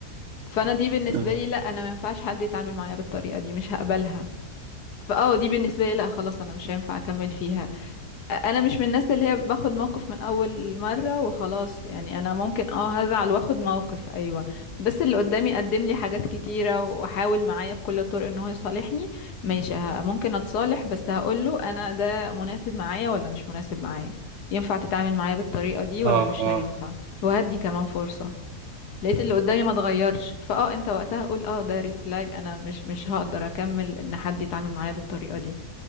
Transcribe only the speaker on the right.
اه
اه
اه